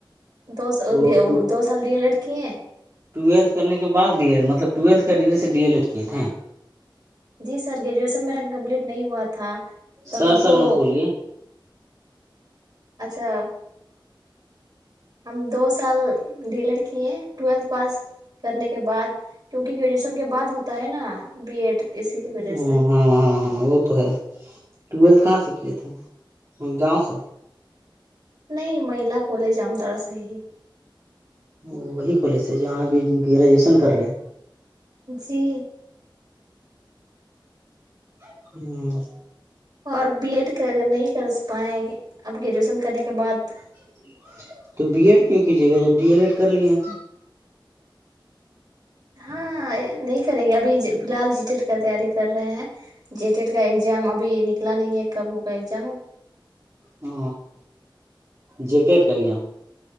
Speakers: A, on the right; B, on the right.
A: دو
B: وہ
A: دو سال لی لڑکی ہیں
B: ٹویلتھنے کے بع ڈی ایلڈ مطلب ٹویتھ ڈگری سے ڈی ایل ایڈ کیے تھے
A: جی سر گریجویشن میرا کمپلیٹ نہیں ہوا تھا تو
B: سر
A: ہم
B: سر
A: کو
B: مت بولیے
A: اچھا ہم دو سال ڈیلر کیے ٹویلتھ پاس کرنے کے بعد کیونکہ گریجویشن کے بعد ہوتا ہے نا بی ایڈ اسی کی وجہ
B: ہ
A: سے
B: ہاں ہاں ہاں وہ تو ہے ٹویلتھ کہاں سے کیے تھے گاؤں سے
A: نہیں مہیلا کالجام طرح سے ہی
B: وہ وہی کالج ہے جہاں ابھی گریجویشن کر رہے ہیں
A: جی
B: جی <unintelligible> ہوں <unintelligible>
A: اور بی ایڈ کر نہیں کر پائیں اب گریجویشن کرنے کے بعد
B: جی <unintelligible> تو بی ایڈ کیوں کیجیے گا جب ڈی ایل ایڈ کر لیے ہیں تو
A: ہاں نہیں کریں گے ابھی فی الحال جیٹیٹ کا تیاری کر رہے ہیں جے ٹیڈ کا ایگزام ابھی نکلا نہیں ہے کبوں کا ایگزام
B: ہ جٹیڈ کہ ج